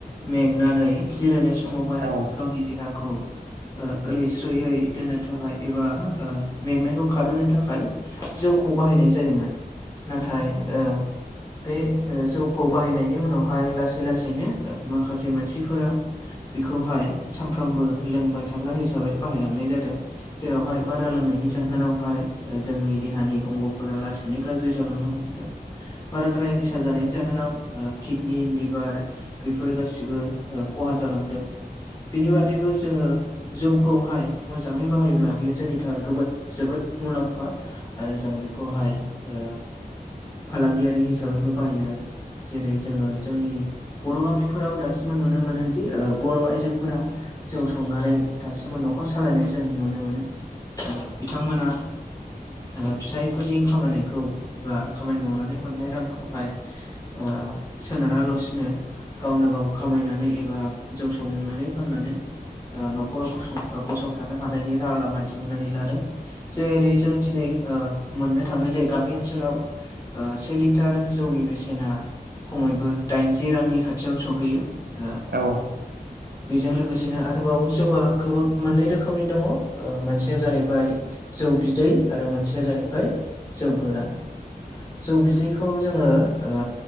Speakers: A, on the left; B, on the right.
A: मेंनानै जिरायनाय समावहाय
B: औ
A: गावनि देहाखौ ओ ओलैस्रोयै दोननो थाखाय एबा ओ मेंनायखौ खारहोनो थाखाय जौखौ बाहायनाय जायोमोन नाथाय ओ बे जौखौ बाहायनायनि उनावहाय लासै लासैनो माखासे मानसिफोरा बेखौहाय सानफ्रामबो लोंबाय थाग्रा हिसाबै बाहायलांनाय जादों जेरावहाय बारा लोंनायनि जाहोनावहाय जोंनि देहानि अंग'फोरा लासै नो गाज्रि जालांना हमदों। बाराद्राय निसा जानायनि जाहोनाव किडनि लिभार बेफोर गासिबो खहा जालांदों। बिनि बादैबो जोङो जौखौहाय मोजाङै बाहायोब्ला बियो जोंनि थाखाय जोबोद जोबोद मुलाम्फा आरो जों बेखौहाय ओ फालांगियारि हिसाबैबो बाहायनाय जेरै जोङो जोंनि बर' गामिफोराव दासिमबो नुनो मोनोदि ओ बर' आइजोफोरा जौ संनानै दासिमबो न'खर सालायनाय जों नुनो मोनो बिथांमोना ओ फिसायफोरनि खामानिखौ एबा खामानि मावनानै मोननाय रांखौहाय ओ सोनाराल'सिनो गावनो गाव खामायनानै एबा जौ संनानै फाननानै ओ न'खर गं गसंथानो हानायनि राहा लामा दिहुनन्नानै लादों। जेरै जों दिनै ओ मोननो थाङो जे गामि ओनसोलाव ओ से लिटार जौनि बेसेना खमैबो दाइनजि रांनि खाथियाव‌ सहैयै।
B: औ <inaudible>
A: बेजों लोगोसेनो आरोबाव जौआ गोबां मोननै रोखोमनि दङ मोनसेया जाहैबाय जौ बिदै आरो मोनसेया जाहैबाय जौ गोरान। जौ बिदैखौ जोङो ओ